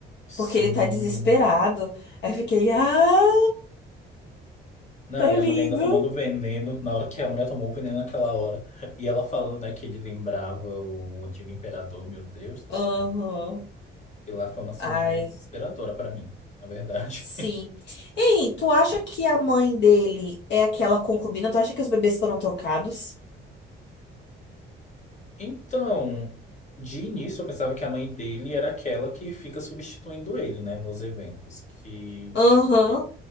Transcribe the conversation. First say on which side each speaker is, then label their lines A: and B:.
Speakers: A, on the left; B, on the left.
A: Sim.
B: Porque ele tá desesperado. Aí eu fiquei, ah,
A: Não,
B: tão
A: e a
B: lindo.
A: mulher ainda tomando veneno, na hora que a mulher tomou o veneno naquela hora. E ela falando, né, que ele lembrava o antigo imperador, meu Deus do
B: Aham.
A: céu. E lá foi uma ceninha
B: Ai,
A: meio desesperadora pra mim, na verdade.
B: sim. Ei, tu acha que a mãe dele é aquela concubina? Tu acha que os bebês foram trocados?
A: Então, de início eu pensava que a mãe dele era aquela que fica substituindo ele, né, nos eventos, que
B: Aham.